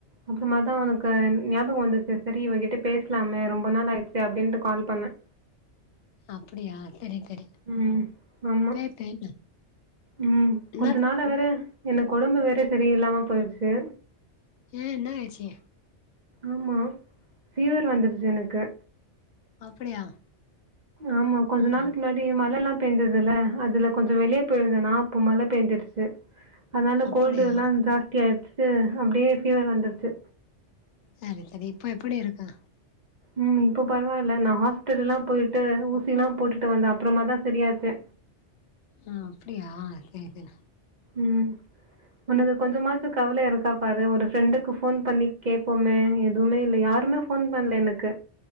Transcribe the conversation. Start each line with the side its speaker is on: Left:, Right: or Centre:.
Right: அப்பறமா தான் உனக்கு ஞாபகம் வந்துச்சு செரி இவகிட்ட பேசலாமே ரொம்ப நாள் ஆயிடுச்சு அப்டின்னுட்டு கால் பண்ணேன்
Left: அப்டியா சரி சரி
Right: ம் ஆமா
Left: பேசேன்ன
Right: ம்
Left: என்னா
Right: கொஞ்ச நாள வேற எனக்கு உடம்பு வேற செரியில்ல்லாம போயிருச்சு
Left: ஏ என்ன ஆச்சி
Right: ஆமா பீவர் வந்துருச்சு எனக்கு
Left: அப்டியா
Right: ஆமா கொஞ்ச
Left: ம்
Right: நாலுக்கு முன்னாடி மழ எல்லாம் பெஞ்சுததுல அதுல கொஞ்ச வெளிய போயிருந்தேனா அப்போ மழ பெஞ்சுடுச்சு அதனால
Left: அப்டியா
Right: கொல்டு எல்லாம் ஜாஸ்தி ஆயிடுச்சு அப்டியே பீவர் வந்துருச்சு
Left: செரி செரி இப்ப எப்டி இருக்கு
Right: ம் இப்போ பரவாயில்ல நான ஹாஸ்பிடல்ல எல்லாம் போயிட்டு ஊசி எல்லா போட்டுட்டு வந்தேன் அப்பறமாதான் செரியாச்சே
Left: ஹா அப்டியா செரி செரி
Right: ம் உனக்கு கொஞ்ச மாச கவல இருக்கா பாரு ஒரு ப்ரெண்டுக்கு போன் பண்ணி கேட்போமே எதுவுமே இல்ல யாருமே போன் பண்ணல எனக்கு